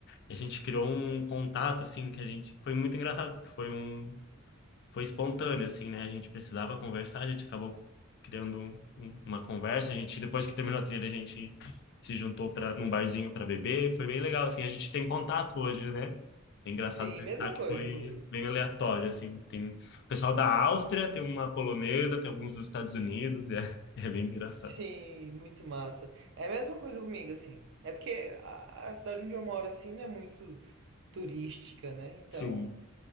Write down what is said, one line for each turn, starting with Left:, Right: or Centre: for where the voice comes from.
Left: E a gente criou um contato, assim, que a gente... Foi muito engraçado, porque foi um foi espontâneo, assim, né? A gente precisava conversar, a gente acabou criando um- um- uma conversa. A gente, depois que terminou a trilha, a gente se juntou para num barzinho para beber. Foi bem legal, assim. A gente tem contato hoje, né? É engraçado
Right: sim,
Left: pensar
Right: mesma
Left: que
Right: coisa
Left: foi
Right: comigo.
Left: bem aleatório, assim. Tem o pessoal da Áustria, tem uma polonesa, tem alguns dos Estados Unidos, e é, <laughs> é bem engraçado.
Right: Sim, muito massa. É a mesma coisa comigo, assim. É porque a, a cidade onde eu moro, assim, não é muito turística, né? Então.
Left: Sim.